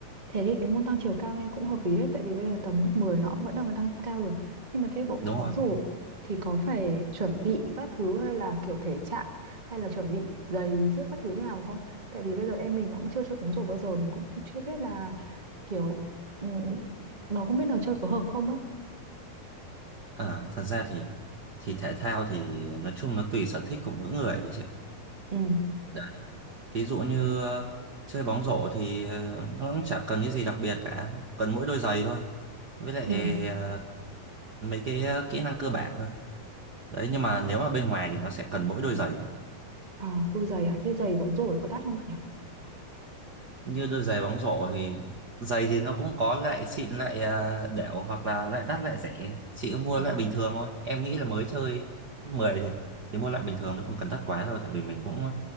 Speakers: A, on the right; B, on the right.
A: Thế thì cái môn tăng chiều cao nghe cũng hợp lý đấy. Tại vì bây giờ tầm lớp 10 nó cũng vẫn đang còn tăng cao được. Nhưng mà thế bộ
B: đúng
A: bóng
B: rồi
A: rổ thì có phải chuẩn bị các thứ hay là kiểu thể trạng hay là chuẩn bị giày giết các thứ như nào không? Tại vì bây giờ em mình nó cũng chưa chơi bóng rổ bao giờ. Mình cũng chưa biết là kiểu ừ, nó không biết là chơi có hợp không ấy.
B: à, thật ra thì thì thể thao thì nói chung nó tùy sở thích của mỗi người ấy chị ạ.
A: Ừ,
B: đấy thí dụ như ờ, chơi bóng rổ thì ờ, nó cũng chả cần cái gì đặc biệt cả cần mỗi đôi giày thôi với lại
A: ừ.
B: ờ, mấy cái ờ, kỹ năng cơ bản thôi đấy nhưng mà nếu mà bên ngoài thì nó sẽ cần mỗi đôi giày thôi
A: Ờ, đôi giày à? Thế giày bóng rổ có đắt không bạn nhỉ?
B: như đôi giày bóng rổ thì giày thì nó cũng có loại xịn loại ờ, đểu hoặc là loại đắt loại rẻ chị cứ mua
A: Ờ,
B: loại bình thường thôi em nghĩ là mới chơi lớp 10 thì thì mua loại bình thường nó không cần đắt quá đâu tại vì mình cũng ờ,